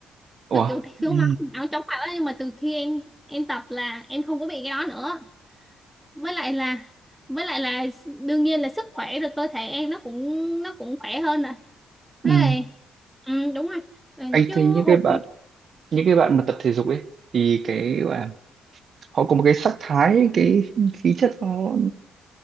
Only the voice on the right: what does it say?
ủa
ừ
ừ
anh
thấy những
cái bạn những cái bạn mà tập thể dục ấy thì cái gọi là họ có một cái sắc thái cái khí chất nó